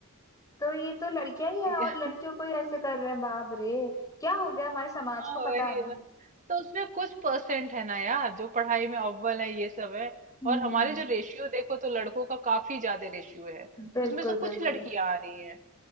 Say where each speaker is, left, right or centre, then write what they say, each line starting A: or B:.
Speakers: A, on the left (about 15°); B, on the right (about 35°).
A: तो ये तो लड़कियां ही है
B: <laughs>
A: और लड़कियों को ही ऐसे कर रहे हैं बाप रे क्या हो गया हमारे समाज
B: हाँ
A: को पता
B: वही
A: नहीं
B: ना तो उसमें कुछ परसेंट है ना यार जो पढ़ाई में अव्वल है ये सब है
A: हम्म
B: और हमारे
A: हम्म, हम्म।
B: जो रेशियो देखो तो लड़कों का काफी ज्यादा रेशियो है
A: बिल्कुल
B: उसमें से कुछ
A: बिल्कुल
B: लड़कियां आ रही हैं